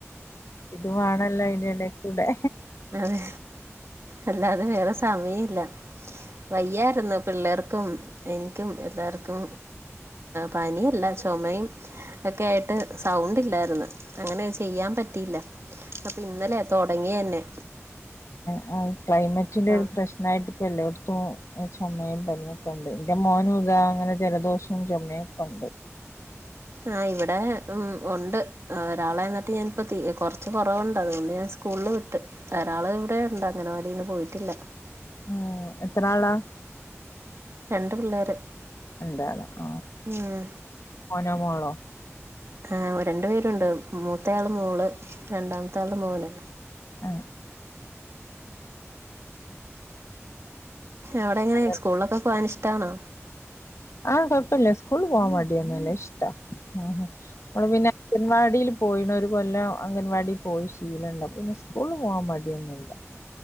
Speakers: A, on the left; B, on the right.
A: ഇത് മാണല്ലോ അയിന്റെടീ കൂടെ
B: അതെ. അല്ലാതെ വേറെ സമയില്ല വയ്യാരുന്നു. പിള്ളേർക്കും എനിക്കും എല്ലാർക്കും പനിയില്ല ചുമയും കേട്ടത് സൗണ്ട് ഇല്ലായിരുന്നു. അങ്ങനെ ചെയ്യാൻ പറ്റിയില്ല അപ്പൊ ഇന്നലെ തുടങ്ങിയ ന്നെ
A: ങേ ക്ലൈമറ്റിന്റെ
B: സൗണ്ട്
A: പ്രശ്നയിട്ട് ഇപ്പ എല്ലായിടത്തും ചുമയും പനിയ.. ന്റെ മോനും ദാ ഇങ്ങനെ ജലദോഷവും ചുമയും ഒക്കെയുണ്ട്
B: ആഹ് ഇവിടെ ഉം ഉണ്ട് ഒരാളെ നട്ട് ഞാൻ പ്പ തീ കുറച്ച് കൊറവുണ്ട് അതൊണ്ട് ഞാൻ സ്കൂള് വിട്ട് ഒരാള് ഇവിടെയുണ്ട് അംഗനവാടിന്ന് പോയിട്ടില്ല
A: ഉം എത്ര ആളാ?
B: രണ്ട് പിള്ളേര്.
A: രണ്ടാളോ ആ
B: ഉം
A: മോനോ മോളോ.
B: ആഹ് രണ്ട് പേരുണ്ട് മൂത്തയാള് മോള് രണ്ടാമത്താള് മോന്.
A: ആഹ്
B: അവിടെങ്ങനെ
A: അങ്ങനെ
B: സ്കൂളിലൊക്കെ പോകാൻ ഇഷ്ടാണോ.
A: ആഹ് കുഴപ്പില്ല്യ. സ്കൂള് പോവാൻ മടിയൊന്നുല്ല്യ ഇഷ്ടവാ ഓള് പിന്നെ അംഗൻവാടീലും പോയിണ ഒരു കൊല്ലം അംഗൻവാടി പോയി ശീലള്ള പിന്നെ സ്കൂള് പോവാൻ മടിയൊന്നുല്ല